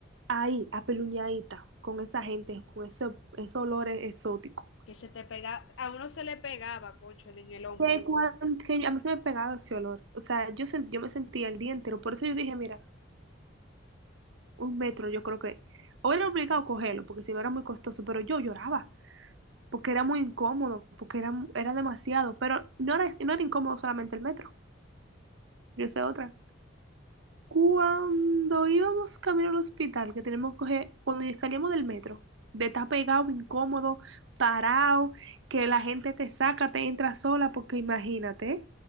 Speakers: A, on the right; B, on the left.
A: ahí, apeluñadita, con esa gente, con ese, esos olores exóticos.
B: Que se te pega, a uno se le pegaba, concho, en el hombro.
A: que,
B: Se
A: cuan-
B: va.
A: que a mí se me pegaba ese olor. O sea, yo, sen- yo me sentía el día entero. Por eso yo dije, mira, un metro yo creo que... O era obligado a cogerlo, porque si no era muy costoso, pero yo lloraba, porque era muy incómodo, porque era, era demasiado. Pero no era, no era incómodo solamente el metro, yo sé otra. Cuando íbamos camino al hospital, que tenemos que coger, cuando salíamos del metro, de estar pegado, incómodo, parado, que la gente te saca, te entra sola, porque imagínate,